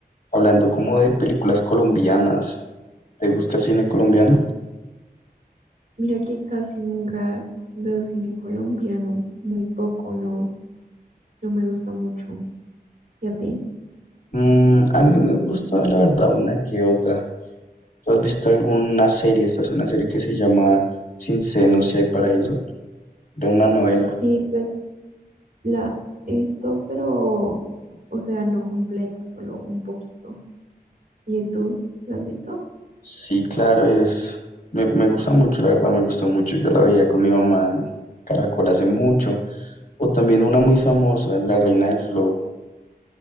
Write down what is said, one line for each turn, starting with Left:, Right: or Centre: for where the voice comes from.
Left: hablando como de películas colombianas, ¿te gusta el cine colombiano?
Right: Mira que casi nunca veo cine colombiano, muy poco, no, no me gusta mucho. ¿Y a ti?
Left: Mm, a mí me gusta, la verdad, una que otra. ¿Tú has visto alguna serie? Esta es una serie que se llama Sin senos si hay paraíso, de una novela.
Right: Sí, pues La he visto, pero, o sea, no completa, solo un poquito. ¿Y tú la has visto?
Left: Sí, claro, es... Me, me gusta mucho, la verdad, me gustó mucho. Yo la veía con mi mamá en Caracol hace mucho. O también una muy famosa, La Reina del Flow.